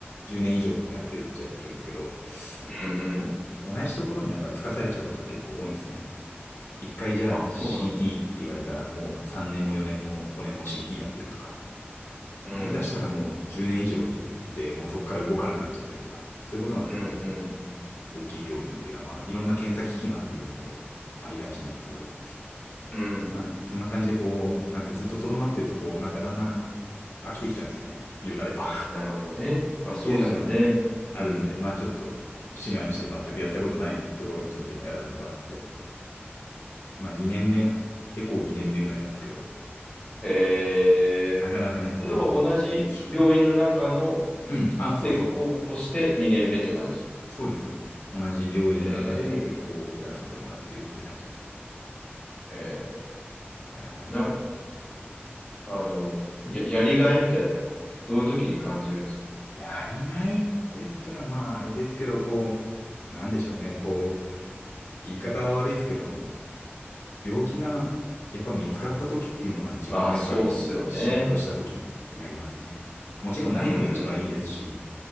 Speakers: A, on the left (about 65°); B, on the left (about 25°).
A: 10年以上もうやってるっちゃやってるんですけど、
B: うんうん。
A: こう同じところにやっぱりつかされちゃうことが結構多いんですよね。一回じゃあ
B: あ、そうなの。
A: CT って言われたらもう3年も4年も5年も CT やってるとか、
B: うん。
A: もう下手したらもう10年以上いる、いて、もうそこから動かなくなっちゃってるとか、そういうことがこ
B: うんうんうん。
A: う、大きい病院っていうかまあいろんな検査機器がある病院だとありがちなんですけど、
B: うん。
A: まあ、そんな感じでこう、なんかずっととどまってるとこう、なんかだんだん飽きてきちゃうんですよね。言うなれば <laughs> っ
B: なるほどね。まあそうっすよね。
A: ていうのがあるんで、
B: うん。
A: まあちょっと志願して全くやったことないところにちょっと今やらせてもらってて、まあ2年目、エコー2年目ぐらいなんですけど、
B: へえ。
A: なかなかね、こう、
B: え、でも同じ病院の中の
A: 技術職なんですよ。うん、あ、そうそう、
B: エコーとして2年目って感じ。
A: そうです、そうです。同じ病院の中でエコーをやらせてもらってるって感じですね。
B: えー、え
A: なかなかね。
B: ーな、あの、
A: うん。
B: や、やりがいみたいなのをどういう時に感じるんですか
A: やりがいって言ったら、まああれですけど、こう、なんでしょうね、こう、言い方は悪いですけど、病気がやっぱ見つかった時っていうのは自分がやっぱり仕事した時になりますよね。
B: まあ、そうっすよね。
A: もちろんないのが一番いいですし、
B: うーん、